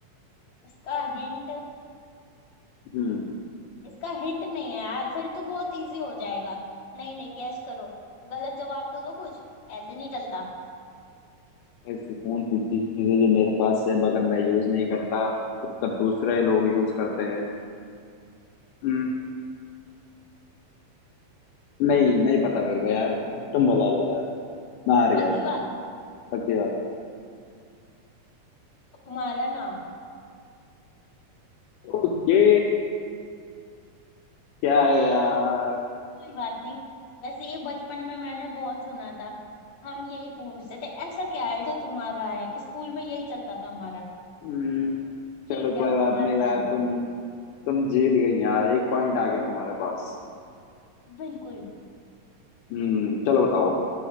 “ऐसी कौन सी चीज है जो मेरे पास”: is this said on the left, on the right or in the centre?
Left